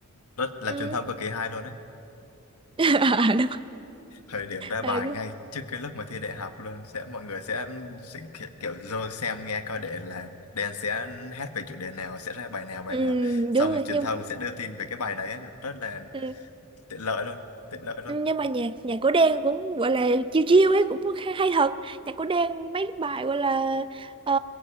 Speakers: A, on the left (about 80°); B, on the right (about 25°).
A: rất là
B: ừ.
A: truyền thông cực kỳ hay luôn đấy.
B: <laughs> À, đúng.
A: thời điểm ra bài
B: rồi.
A: ngay trước cái lúc mà thi đại học luôn sẽ mọi người sẽ sẽ kiểu, kiểu dơ xem nghe coi để là đen sẽ hát về chủ đề nào sẽ ra bài nào bài
B: Ừ,
A: nào
B: ừ,
A: xong
B: đúng rồi
A: truyền
B: nhưng
A: thông sẽ đưa tin về cái bài đấy rất là
B: ừ,
A: tiện lợi luôn tiện lợi luôn
B: Ừ, nhưng mà nhạc nhạc của Đen cũng gọi là chiêu chiêu ấy cũng hay, hay thật nhạc của Đen mấy bài gọi là ờ,